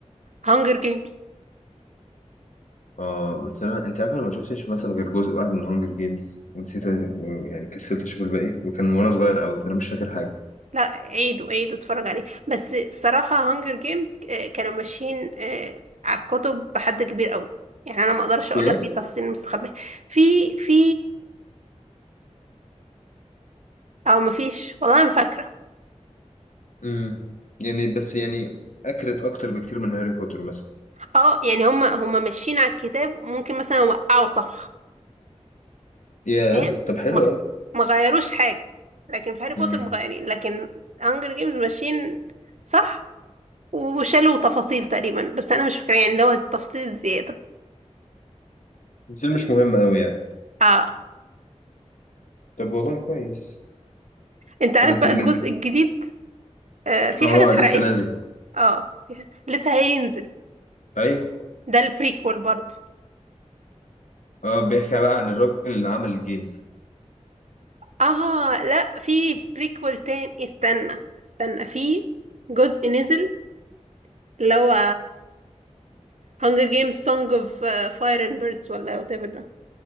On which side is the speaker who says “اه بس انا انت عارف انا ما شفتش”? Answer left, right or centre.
Left